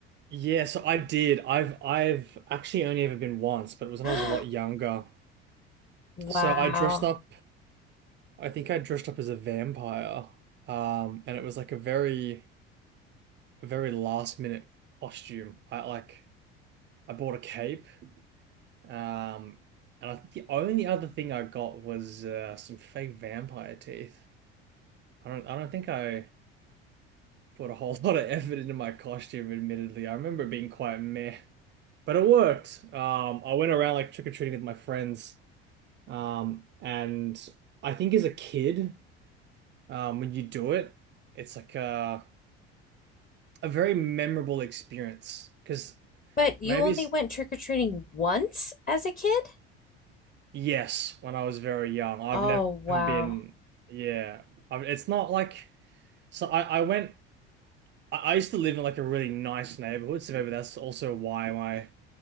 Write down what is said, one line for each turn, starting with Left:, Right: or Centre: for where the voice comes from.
Right: Yeah, so I did. I've I've actually only ever been once, but it was when
Left: <gasps>
Right: I was a lot younger.
Left: Wow.
Right: So I dressed up, I think I dressed up as a vampire. Um, and it was like a very a very last minute costume. I like I bought a cape. Um, and I think the only other thing I got was uh, some fake vampire teeth. I don't I don't think I put a whole <laughs> lot of effort into my costume, admittedly. I remember being quite meh, but it worked. Um, I went around like trick-or-treating with my friends. Um, and I think as a kid, um, when you do it, it's like a, a very memorable experience. Because
Left: But you
Right: maybe
Left: only
Right: it's,
Left: went trick-or-treating once as a kid?
Right: yes, when I was very young, I've
Left: Oh,
Right: never
Left: wow.
Right: been, yeah, I, it's not like, so I, I went, I I used to live in like a really nice neighborhood, so maybe that's also why my